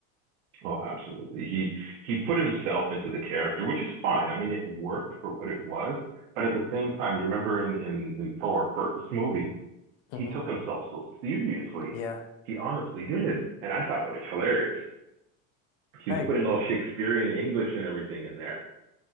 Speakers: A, on the right; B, on the left.
A: Oh, absolutely. He he put himself into the character, which is fine. I mean, it worked for what it was, but at the same time, you remember in in in Thor first movie,
B: hmm
A: he took himself so seriously.
B: Yeah,
A: He honestly did, and I thought that was hilarious. He
B: I
A: was
B: agree.
A: putting all Shakespearean English and everything in there.